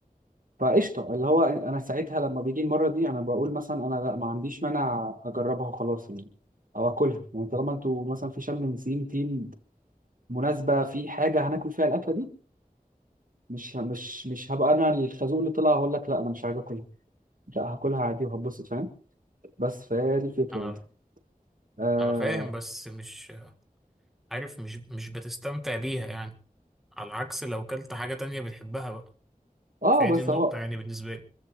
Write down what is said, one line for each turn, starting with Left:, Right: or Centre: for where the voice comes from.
Right: فقشطة اللي هو أنا ساعتها لما بيجي المرة دي أنا بقول مثلا أنا لا ما عنديش مانع أجربها وخلاص يعني أو أكلها يعني طالما أنتوا مثلا في شم نسيم تيم مناسبة في حاجة هناكل فيها الأكلة دي مش ه- مش مش هبقى انا الخازوق اللي طلع هقول لك لا انا مش عايز اكل لا هاكلها عادي وهتبسط فاهم بس فهي دي الفكره
Centre: انا
Right: يعني اه
Centre: انا فاهم بس مش عارف مش مش بتستمتع بيها يعني على العكس لو كلت حاجة تانية بتحبها بقى
Right: اه
Centre: فهي
Right: بس
Centre: دي النقطة
Right: اهو
Centre: يعني بالنسبة لي